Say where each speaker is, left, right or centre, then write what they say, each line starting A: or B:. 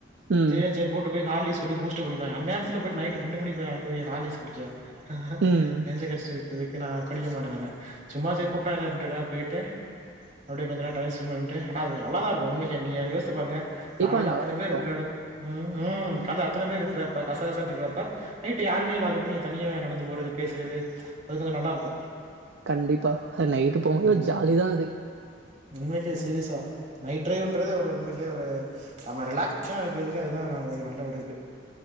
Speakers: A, on the right (about 65°); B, on the right (about 40°).
A: ம்.
B: திரேச்சே கூட்டி போய் ஹாலிக்ஸ் குடி பூஸ் ட்டு குடினா அன்நேரத்துல போய்ட்டு நைட் ரெண்டு மணி போயி அங்க போயி ஹாலிக்ஸ் குடிக்க ஆஹ்
A: ம்.
B: டேக்க இருக்கிற வரைக்கு நா குடிக்க மாட்டே நானு சும்மாசே கூப்ட்டாங்களே அப்பிடின்றகாக போய் ட்டே அப்பிடியே கொஞ்ச டைம் பண்ட்டு ஆன கொஞ்சோ நல்லதா இருக்கு உண்மேகே நீ அத யோசி ச்சிபாருங்க
A: கண்டிப்பா
B: காலையில
A: அது நல்லாதான்
B: அத்தன பேர்
A: இருக்கும்.
B: இருக்கிற எடத் ம் ம் கால அத்தன பேர் இருக்கிறாப்பா கசகச இருக்காப்பா நைட்டு யாமே இல்லாதப்ப நீங்க தனிய நடந்து போறது பே றது அது கொஞ்சோ நல்லா இருக்கு
A: கண்டிப்பா அது நைட்டு போகு
B: ம்
A: ஜாலிதா அது
B: உண்மைக்கே சீரியஸா நைட் டிரைவ்ன்றது ஒரு உண்மைக்கே ஒரு நம்ம ரிலாக்சேஷனா இருக்கிறதுக்கே அதுதா ஒரு நல்ல ஒரு இது